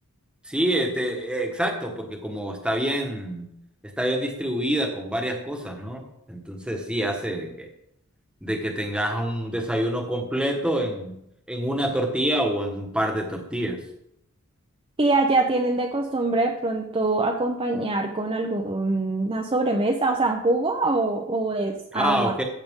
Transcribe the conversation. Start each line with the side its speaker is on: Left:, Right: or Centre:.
Centre: sí, eh, te- eh, exacto, porque como está bien, está bien distribuida con varias cosas, ¿no? Entonces sí hace de que, de que tengas un desayuno completo en, en una tortilla o en un par de tortillas.
Right: Y allá tienen de costumbre de pronto acompañar con alguna sobremesa, o sea, un jugo o, o es agua.
Centre: Ah, ok.